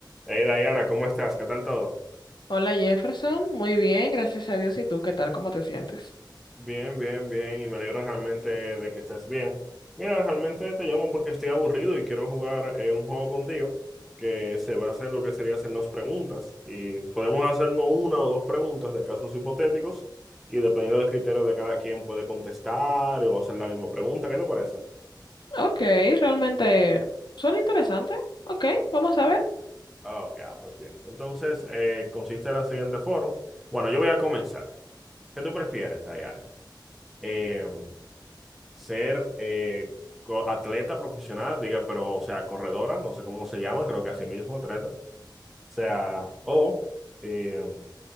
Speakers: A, in the centre; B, on the left.
A: Hey Diana, ¿cómo estás? ¿Qué tal todo?
B: Hola Jefferson, muy bien, gracias a Dios. ¿Y tú qué tal? ¿Cómo te sientes?
A: Bien, bien, bien, y me alegro realmente de que estés bien. Mira, realmente te llamo porque estoy aburrido y quiero jugar eh, un juego contigo que se basa en lo que sería hacernos preguntas. Y podemos hacernos una o dos preguntas de casos hipotéticos y dependiendo del criterio de cada quien puede contestar o hacer la misma pregunta. ¿Qué te parece?
B: Ok, realmente suena interesante. Ok, vamos a ver.
A: Ah, Ok, ah, pues bien. Entonces, eh, consiste de la siguiente forma. Bueno, yo voy a comenzar. ¿Qué tú prefieres, Diana? Eh, ser eh, co- atleta profesional, diga, pero, o sea, corredora, no sé cómo se llama, creo que así mismo, atleta, o sea, o eh,